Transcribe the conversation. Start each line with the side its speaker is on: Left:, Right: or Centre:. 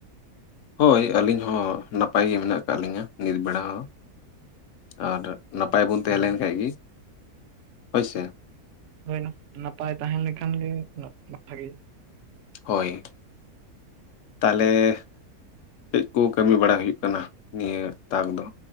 Left: ᱦᱳᱭ ᱟᱹᱞᱤᱧ ᱦᱚᱸ ᱱᱟᱯᱟᱭ ᱜᱮ ᱢᱮᱱᱟᱜ ᱟᱠᱟᱫ ᱞᱤᱧᱟᱹ ᱱᱤᱛ ᱵᱮᱲᱟ ᱦᱚᱸ ᱟᱨ ᱱᱟᱯᱟᱭ ᱵᱚᱞᱛᱮ
Right: ᱦᱳᱭ
Left: ᱟᱞᱮ ᱱᱟᱠᱷᱟ ᱜᱮ ᱦᱳᱭ ᱥᱮ᱾
Right: ᱦᱩᱭᱮᱱᱟ ᱱᱟᱯᱟᱭ ᱛᱟᱦᱮᱸ ᱞᱮᱠᱷᱟᱱ ᱜᱮ ᱵᱷᱟᱜᱤ᱾
Left: ᱦᱳᱭ ᱛᱟᱦᱚᱞᱮ ᱪᱮᱡ ᱠᱚ ᱠᱟᱹᱢᱤ ᱵᱟᱲᱟ ᱦᱩᱭᱩᱜ ᱠᱟᱱᱟ ᱱᱤᱭᱟᱹ ᱛᱟᱠ ᱫᱚ